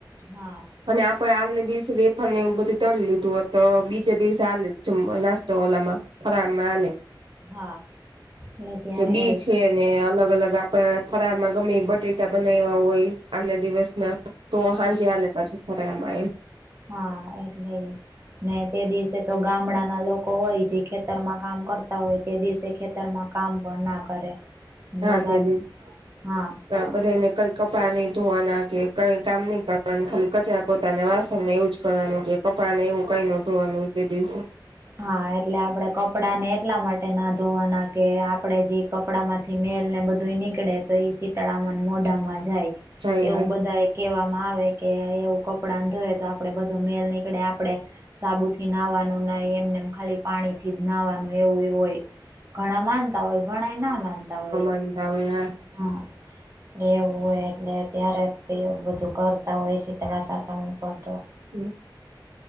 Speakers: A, on the right; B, on the right.
A: હા.
B: અને આપે આગલે દિવસે વેફાર ને એવું બધું તળ લીધું તો બીજે દિવસે આલે જ નાસ્તો ઓલામાં ફરાનાલે
A: હા ને ત્યા રેવુ
B: બી છે
A: જ હા
B: ને અલગ અલગ આપ ફરાર માં ગમે બટેટા બનાવ્યા હોય આગલા દિવસના તો હાજી હાલે પાછુ <unintelligible>
A: હા એટલે. ને તે દિવસે ગામડાના લોકો હોય જે કામ કરતા હોય તે દિવસે ખેતરમાં કામ પણ ના કરે બધા
B: હા તેદી જ
A: હા
B: ત બધાને કઈ કપડાં નહી ધોવાના કે કઈ કામ ની કરવા ખાલી કચરા પોતાને વાસણ ને એવું જ કરવાનું કે કપડા ને એવું કઈ નો ધોવાનું તે દિવસે.
A: હા એટલે આપડે કપડા ને એટલા માટે ના ધોવાના કે આપડે જે કપ કપડા માંથી મેલ ને બધુંય નીકળે તો એ શીતળાામન મોઢામાં જાય
B: જાય
A: એવું બધાય કહેવામાં આવે કે એવું કપડાં ધોયે તો આપડે બધો મેલ નીકળે આપડે સાબુ થી નાહવાનું નઈ એમને એમ ખાલી પાણી થી જ નાહવાનું એવું-એવુ હોય, ઘણા માનતા હોય ઘણાય ના માનતા હોય.
B: પણ તારુ આવું યાર.
A: હા, લેવું હોય એટલે ત્યારે એવું બધું કરતા હોય શીતળા સાતમ ઉપર તો.
B: હમ.